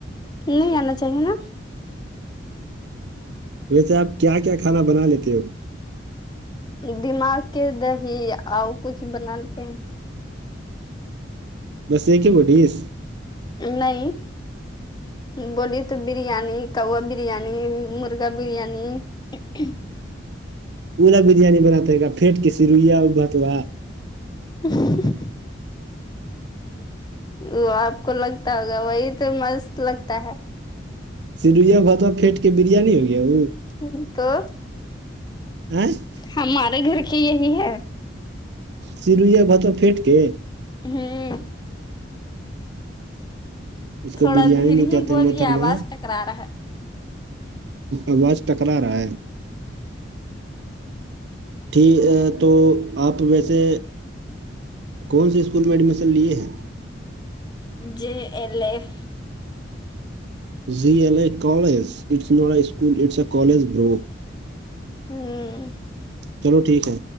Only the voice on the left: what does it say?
نہیں آنا چاہیے نا
دماغ کے دہی اور کچھ بناتے ہیں
نہیں بولی تو بریانی کوا برییاانی مرغا بریانی ا <unintelligible>
ہ <unintelligible> وہ آپ کو لگتا ہوگا وہی تو مست لگتا ہے
ہ تو
ہمارے گھر کی یہی ہے
ہوں
تھوڑا
در
ہی
بول
یہ آواز ٹکرا رہا ہے
جے ایل ایف
ہوں